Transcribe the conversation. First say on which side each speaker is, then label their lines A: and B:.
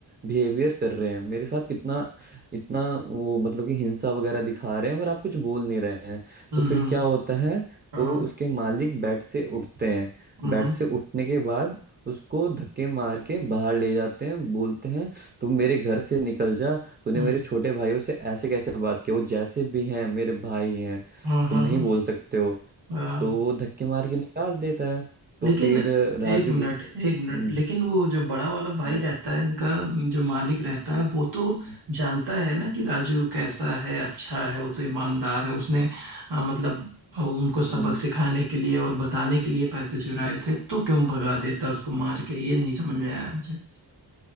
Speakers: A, on the right; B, on the right.
A: बिहेवियर कर रहे हैं मेरे साथ कितना इतना वो मतलब कि हिंसा वगैरह दिखा रहे हैं और आप कुछ बोल नहीं रहे हैं
B: हम्म
A: तो फिर
B: हम्म
A: क्या होता है
B: हाँ,
A: तो उसके मालिक बेड से उठते हैं
B: हम्म
A: बेड
B: हम्म
A: से उठने के बाद उसको धक्के मार के बाहर ले जाते हैं बोलते हैं तुम मेरे घर से निकल जा तूने
B: हम्म,
A: मेरे छोटे भाइयों से ऐसे कैसे बात की वो जैसे भी हैं मेरे भाई हैं
B: हाँ हाँ
A: तुम नहीं
B: हाँ
A: बोल सकते हो
B: हाँ
A: तो वो धक्के मार के निकाल देता है तो
B: लेकिन
A: फिर राजू
B: एक मिनट
A: गुस्सा
B: एक मिनट
A: हम्म
B: लेकिन वो जो बड़ा वाला भाई
A: हम्म,
B: रहता है इनका जो मालिक रहता है वो तो
A: हम्म,
B: जानता है ना कि राजू कैसा है अच्छा है वो तो ईमानदार है उसने अ, मतलब अ, उनको सबक
A: हम्म।
B: सिखाने के लिए और बताने के लिए पैसे चुराए थे तो क्यों भगा देता उसको
A: हम्म।
B: मार के ये नहीं समझ में आया मुझे